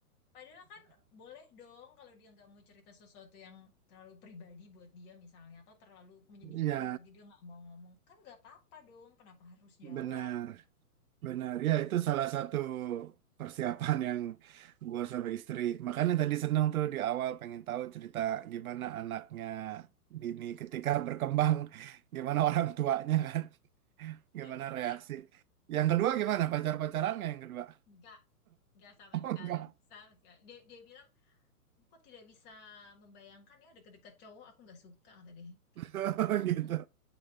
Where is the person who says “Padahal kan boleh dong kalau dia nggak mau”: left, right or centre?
Left